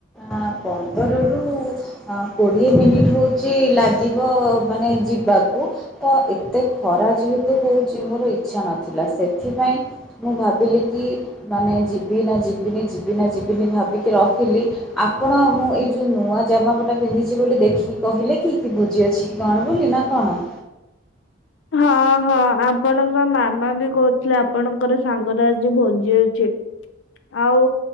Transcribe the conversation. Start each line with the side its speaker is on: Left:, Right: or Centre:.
Centre: ଆଁ ପନ୍ଦରରୁ ଆ କୋଡ଼ିଏ ମିନିଟ୍ ହଉଚ଼ି ଲାଗିବ ମାନେ ଯିବାକୁ। ତ ଏତେ ଖରା ଯେହେତୁ ହଉଚ଼ି ମୋର ଇଛା ନଥିଲା, ସେଥିପାଇଁ ମୁଁ ଭାବିଲି କି, ମାନେ ଯିବି ନା ଯିବିନି, ଯିବି ନା ଯିବିନି, ଭାବିକି ରହିଲି। ଆପଣ ମୁଁ ଏଇ ଯଉ ନୂଆ ଜାମାପଟା ପିନ୍ଧିଚ଼ି ବୋଲି ଦେଖି କହିଲେ କି କି ବୁଜି ଅଛି କି କଣ ବୋଲି ନା କଣ?
Left: ହଁ ହଁ ଆପଣଙ୍କ ମାମା ବି କଉଥିଲେ ଆପଣଙ୍କର ସାଙ୍ଗରେ ଆଜି ଭୋଜି ଅ ଛି, ଆଉ